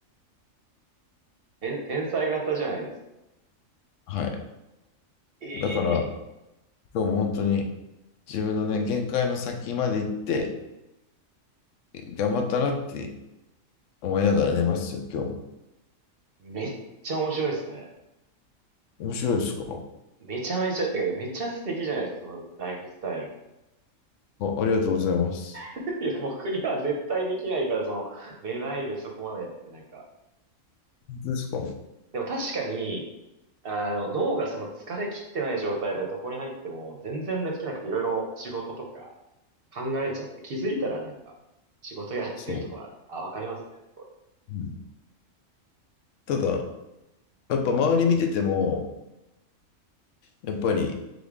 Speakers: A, on the right; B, on the left.
A: ええ天才型じゃないですか。
B: はい。
A: ええ
B: だから、今日も本当に自分のね、限界の先まで行って、頑張ったなって思いながら寝ますよ、今日も。
A: めっちゃ面白いですね。
B: 面白いですか
A: めちゃめちゃ、てか、めちゃ素敵じゃないですか、そのライフスタイルも。
B: あ、ありがとうございます。
A: <laughs> いや、僕には絶対できないから、その、寝ないでそこまでってなんか。
B: ですか。
A: でも確かに、あの、脳がその疲れ切ってない状態で床に入っても、全然寝つけなくていろいろ仕事とか考えちゃって気づいたらなんか、仕事やってるとか、
B: そう。
A: あ、わかりますね、すごい。
B: うんただ、やっぱ周り見てても、やっぱり、